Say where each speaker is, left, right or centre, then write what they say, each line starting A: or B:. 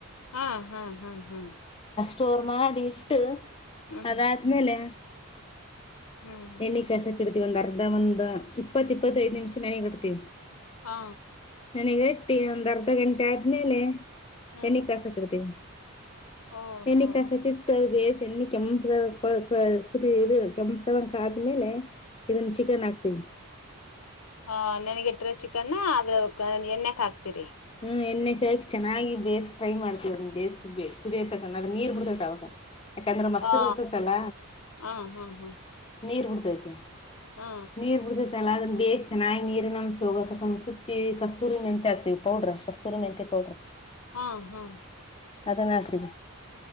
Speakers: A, on the left (about 70°); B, on the left (about 25°).
A: ಹಾ ಹಾ ಹಾ ಹಾ
B: ಚೋರ್ ಮಾಡಿ ಬಿಟ್ಟು
A: ಹ್ಮ್
B: ಅದಾದ್ಮೇಲೆ
A: ಹ್ಮ್
B: ಎನ ಕ ಸ ಇಡ್ತಿೀವಿ ಒಂದ್ ಅರ್ಧ ಒಂದ್ ಇಪ್ಪತ್ತ ಇಪ್ಪತ್ತಐದ್ ನಿಮಿಷ ನನಗ್ ಕಡ್ತೀವಿ
A: ಹಾ
B: ನನಗ್ಟ್ಟಿ ಒಂದಂದು ಅರ್ಧ ಗಂಟೆ ಆದ್ಮೇಲೆ
A: ಹ್ಮ್
B: ಎನ ಕಸಕತಿ
A: ಓ
B: ಎನ
A: ಹೋ
B: ಕಸ ಕಟ್ಟ ಅ ಬೇಸಿ ಚನ್ನಿ ಕೆಂಪ ಕುದ ಇದು ಕೆಂಪ ಕರಂಕಾದ್ಮೇಲೆ ಇದನ್ನ ಚಿಕನ್ ಹಾಕ್ತೀನಿ
A: ಹ ನನ್ಗಿಟ್ರ ಚಿಕನ್ ಆದ್ರ ಎಣ್ಣೆಕ್ ಹಾಕ್ತಿೀರಿ
B: ಹ್ಮ್ ಎಣ್ಣೆ ಕೆಕಿ ಚೆನ್ನಾಗಿ ಬೇಸ್ ಫ್ರೈ ಮಾಡ್ತವ ಬೇಯ್ ಸುದಿಯತಕ ಅದ ನೀರ್ ಬಿಡ್ತೈತ್ ಅವಾಗ ಯಾಕಂದ್ರೆ ಮಸರ್
A: ಆ
B: ಇರ್ತತಲ್ಲ
A: ಹಾ ಹಾ ಹಾ
B: ನೀರ್ ಬಿಡ್ತೈತಿ
A: ಹಾ
B: ನೀರ್ ಉಡುದ ಲ್ಲ ಅದನ್ನ ಬೇಸ್ ಚೆನ್ನಾಗಿ ನೀರಿ ನ ಸುಚ್ಚಿ ಕಸ್ತೂರಿ ಮೆಂತಾ ಇರ್ತವಿ ಪೌಡ್ರ ಕಸ್ತೂರ ಮೆಹತಿ ಪೌಡ್ರ
A: ಹಾ ಹಾ
B: ಅದನ್ನ ಹಾಕತಿ